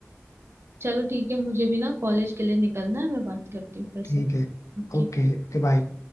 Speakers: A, on the right; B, on the left.
A: चलो ठीक है मुझे भी ना कॉलेज के लिए निकलना है मैं बात करती हूँ फिर
B: ठीक
A: से
B: है
A: ओके
B: ओके Okay bye